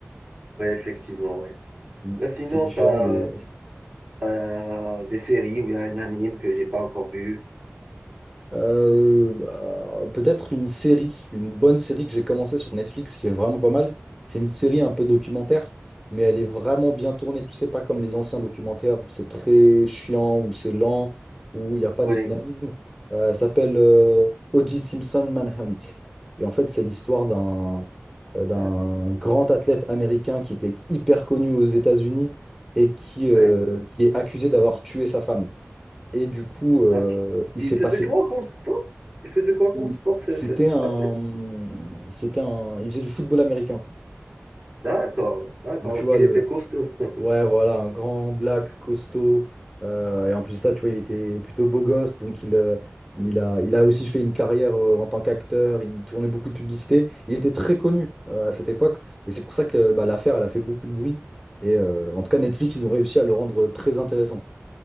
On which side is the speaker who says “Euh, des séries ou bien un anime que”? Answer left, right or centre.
Right